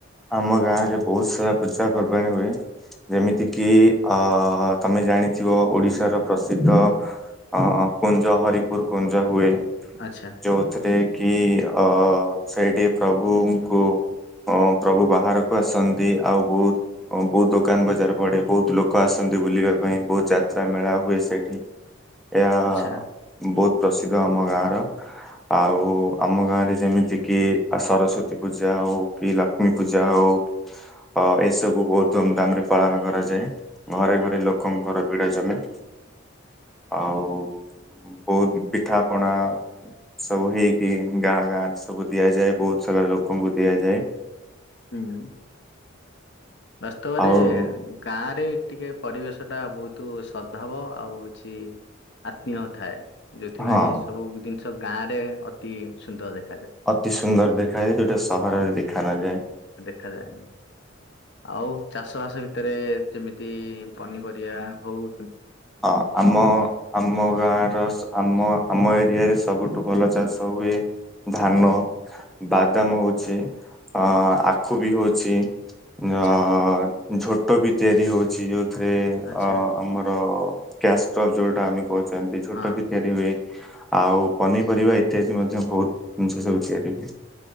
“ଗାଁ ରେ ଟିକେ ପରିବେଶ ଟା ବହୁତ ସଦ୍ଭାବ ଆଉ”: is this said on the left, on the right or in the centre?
Left